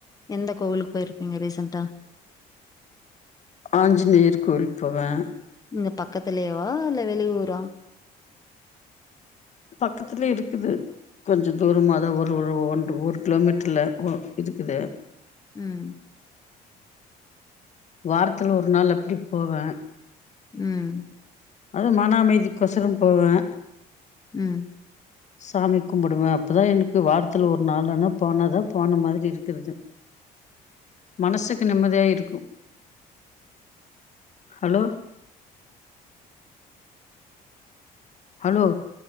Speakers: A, on the left (about 20°); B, on the left (about 45°).
A: எந்த கோவிலுக்கு போயிருப்பீங்க ரீஸன்டா
B: ஆஞ்சுநேயர் கோவில் போவே
A: இங்க பக்கத்துலேவா இல்ல வெளி ஊரா
B: பக்கத்துலயே இருக்குது கொஞ்சோ தூர தா ஒரு ஒரு ஒன்ற ஒரு கிலோமீட்டர்ல ஒ இருக்குது
A: ம்
B: வாரத்தில ஒரு நாள் அப்டி போவே
A: ம்
B: அதுவு மன அமைதி கொசரம் போவே
A: ம்
B: சாமி கும்பிடுவே அப்போதா எனக்கு வாரத்துல ஒரு நாள்னா போனாதா போன மாதிரி இருக்குது மனசுக்கு நிம்மதியா இருக்கு ஹலோ ஹலோ